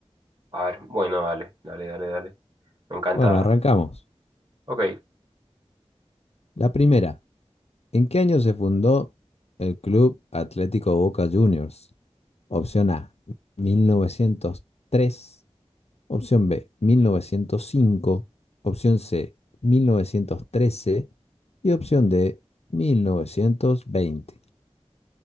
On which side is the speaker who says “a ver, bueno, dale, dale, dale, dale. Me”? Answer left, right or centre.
Right